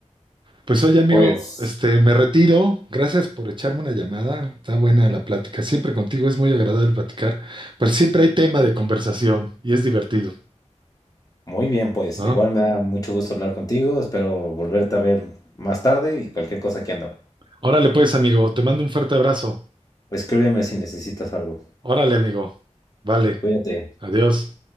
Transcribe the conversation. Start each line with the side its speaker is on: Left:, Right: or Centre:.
Right: Pues oye, amigo,
Left: Pues
Right: este, me retiro. Gracias por echarme una llamada. Está buena la plática. Siempre contigo es muy agradable platicar, pero siempre hay tema de conversación y es divertido,
Left: Muy bien, pues.
Right: ¿no?
Left: Igual me da mucho gusto hablar contigo. Espero volverte a ver más tarde y cualquier cosa que ando.
Right: Órale, pues, amigo, te mando un fuerte abrazo.
Left: Escríbeme si necesitas algo.
Right: Órale, amigo. Vale.
Left: Cuídate.
Right: Adiós.